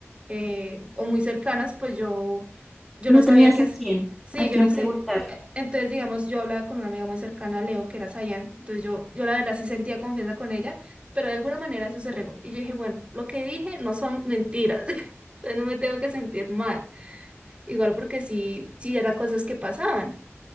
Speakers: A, on the right; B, in the centre.
A: eh, o muy cercanas, pues yo, yo
B: no
A: no sabía
B: tenías
A: qué
B: a
A: hacer.
B: quién,
A: Sí,
B: a
A: yo
B: quién
A: no sé.
B: preguntar.
A: Eh, Entonces, digamos, yo hablaba con una amiga muy cercana, a Leo, que era Sayan. Entonces, yo, yo la verdad sí sentía confianza con ella pero de alguna manera eso se regó. Y yo dije, bueno, lo que dije no son mentiras, <laughs> entonces no me tengo que sentir mal, igual porque sí, sí eran cosas que pasaban.